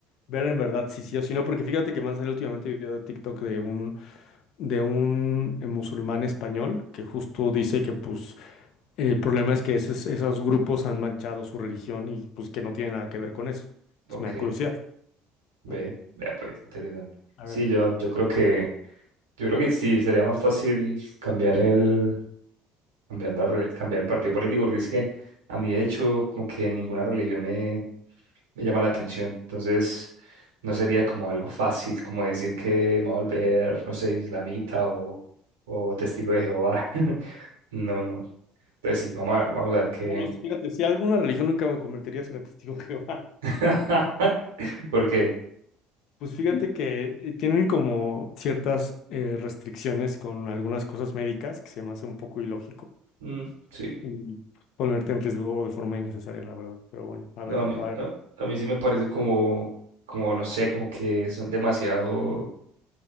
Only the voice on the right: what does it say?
Ok,
ve,
vea pues, interesante.
Sí,
yo, yo creo que, yo creo que sí, sería más fácil cambiar el, cambiar la re- cambiar el partido político, porque es que a mí de hecho como que ninguna religión me, me llama la atención. Entonces, no sería como algo fácil como decir que me voy a volver, no sé, islamita o, o testigo de Jehová. <laughs> No, no. Entonces sí, vamos a vamos a ver qué.
<laughs> Porque,
mm, sí,
no,
a mí,
a, a mí sí me parece como, como, no sé, como que son demasiado.